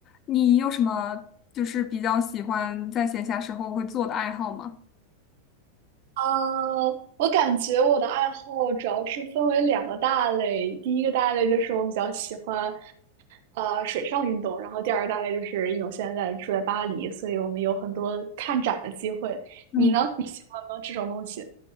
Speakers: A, on the left (about 30°); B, on the right (about 50°).
A: 你有什么就是比较喜欢在闲暇时候会做的爱好吗？
B: 啊，我感觉我的爱好主要是分为两个大类，第一个大类就是我比较喜欢，呃，水上运动，然后第二个大类就是因为我现在住在巴黎，所以我们有很多看展的机会。
A: 嗯，
B: 你呢？你喜欢吗？这种东西？